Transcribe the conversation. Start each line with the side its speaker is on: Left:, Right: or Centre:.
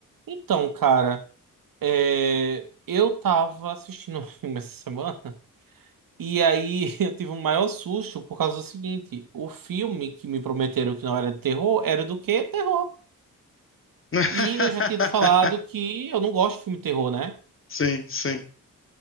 Right: Então, cara, é, eu tava assistindo <laughs> um filme essa semana e aí <laughs> eu tive um maior susto por causa do seguinte: o filme que me prometeram que não era de terror era do quê? Terror.
Left: <laughs>
Right: E eu já tinha te falado que eu não gosto de filme de terror, né?
Left: Sim, sim.